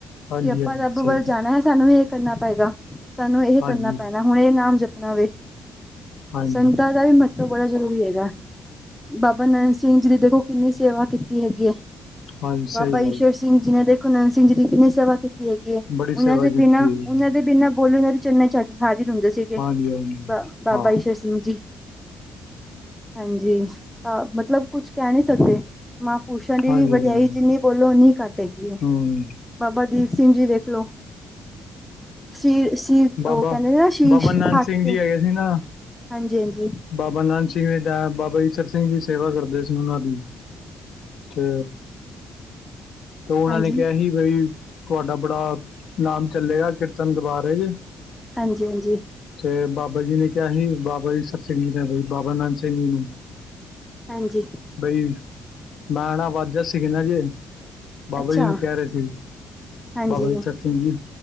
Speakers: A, on the left; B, in the centre.
A: ਹਾਂਜੀ
B: ਕਿ ਆਪਾਂ
A: ਹਾਂਜੀ
B: ਰੱਬ
A: ਸਹੀ
B: ਵੱਲ ਜਾਣਾ ਹੈ। ਸਾਨੂੰ ਇਹ ਕਰਨਾ ਪਏਗਾ, ਸਾਨੂੰ ਇਹ
A: ਹਾਂਜੀ
B: ਕਰਨਾ ਪੈਣਾ ਹੁਣ ਇਹ ਨਾਮ ਜਪਣਾ ਵੇ।
A: ਹਾਂਜੀ
B: ਸੰਤਾ ਦਾ ਵੀ ਮਹੱਤਵ ਬੜਾ ਜ਼ਰੂਰੀ ਹੈਗਾ। ਬਾਬਾ ਨੰਦ ਸਿੰਘ ਜੀ ਨੇ ਦੇਖੋ ਕਿੰਨੀ ਸੇਵਾ ਕੀਤੀ ਹੈਗੀ ਹੈ।
A: ਹਾਂਜੀ
B: ਬਾਬਾ
A: ਸਹੀ ਗੱਲ
B: ਈਸ਼ਰ ਸਿੰਘ ਜੀ। ਸਿੰਘ ਜੀ ਕਿੰਨੀ ਸੇਵਾ ਕੀਤੀ ਹੈਗੀ ਹੈ।
A: ਬੜੀ
B: ਉਹਨਾਂ
A: ਸੇਵਾ
B: ਦੇ
A: ਕੀਤੀ
B: ਬਿਨਾਂ,
A: ਹੈ ਜੀ
B: ਉਹਨਾਂ ਦੇ ਬਿਨਾਂ। ਬੋਲੇ ਉਹਨਾਂ ਦੇ ਚਰਨਾਂ ਚ ਹਾਜ਼ਰ ਹੁੰਦੇ ਸੀਗੇ
A: ਹਾਂਜੀ ਹਾਂਜੀ
B: ਬਾਬਾ
A: ਹਾਂ
B: ਈਸ਼ਰ ਸਿੰਘ ਜੀ। ਹਾਂਜੀ ਹਾਂ ਮਤਲਬ ਕੁਛ ਕਹਿ ਨਹੀਂ ਸਕਦੇ। ਮਹਾਂਪੁਰਸ਼ਾਂ ਦੀ
A: ਹਾਂਜੀ
B: ਵੀ ਵਡਿਆਈ
A: ਹਾਂਜੀ
B: ਜਿੰਨੀ ਬੋਲੋ ਉਨੀ ਘੱਟ ਹੈਗੀ ਹੈ।
A: ਹਮ
B: ਬਾਬਾ ਦੀਪ ਸਿੰਘ ਜੀ ਵੇਖ ਲਓ। ਸ਼ੀ-ਸ਼ੀ
A: ਬਾਬਾ
B: ਓ ਕਹਿੰਦੇ ਨੇ ਨਾ ਸ਼ੀਸ਼,
A: ਬਾਬਾ ਨਾਨਕ
B: ਹੱਥ
A: ਸਿੰਘ
B: ਤੇ
A: ਜੀ ਹੈਗੇ ਸੀ ਨਾ
B: ਹਾਂਜੀ-ਹਾਂਜੀ
A: ਬਾਬਾ ਨੰਦ ਸਿੰਘ ਜੀ ਡਇਆ, ਬਾਬਾ ਇਸਰ ਸਿੰਘ ਜੀ ਸੇਵਾ ਕਰਦੇ ਸੀ ਉਨ੍ਹਾਂ ਦੀ, ਤੇ ਤੋਂ ਓਨਾਂ
B: ਹਾਂਜੀ।
A: ਨੇ ਕਿਹਾ ਹੀ ਬਈ, ਤੁਹਾਡਾ ਬੜ੍ਹਾ ਨਾਮ ਚੱਲੇਗਾ ਕੀਰਤਨ ਦਰਬਾਰ ਵਿਚ।
B: ਹਾਂਜੀ, ਹਾਂਜੀ।
A: ਤੇ ਬਾਬਾ ਜੀ ਨੇ ਕਿਹਾ ਹੀ, ਬਾਬਾ ਈਸਰ ਸਿੰਘ ਜੀ ਨੇ ਬਾਬਾ ਨੰਦ ਸਿੰਘ ਜੀ ਨੂੰ,
B: ਹਾਂਜੀ।
A: ਬਈ, ਮੈਂ ਨਾ ਵਾਜਾ ਸਿਖਨਾ ਜੇ, ਬਾਬਾ
B: ਅੱਛਾ
A: ਜੀ ਨੂੰ ਕਹਿ ਰਹੇ ਸੀ,
B: ਹਾਂਜੀ
A: ਬਾਬਾ ਈਸਰ ਸਿੰਘ ਜੀ।